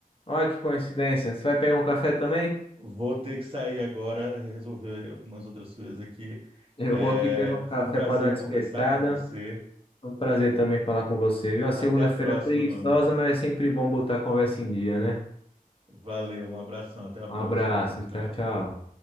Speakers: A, on the left; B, on the right.
A: Olha que coincidência. Você vai pegar um café também?
B: Vou ter que sair agora, resolver umas outras coisas aqui.
A: Eu
B: É,
A: vou aqui pegar um café
B: foi um prazer
A: para dar uma despertada.
B: conversar com você.
A: Foi um prazer também falar com você, viu? Uma
B: Até
A: segunda-feira
B: a próxima,
A: é preguiçosa,
B: meu amigo.
A: mas é sempre bom botar a conversa em dia, né?
B: Valeu, um abração, até a próxima.
A: Um abraço,
B: Tchau, tchau.
A: tchau, tchau.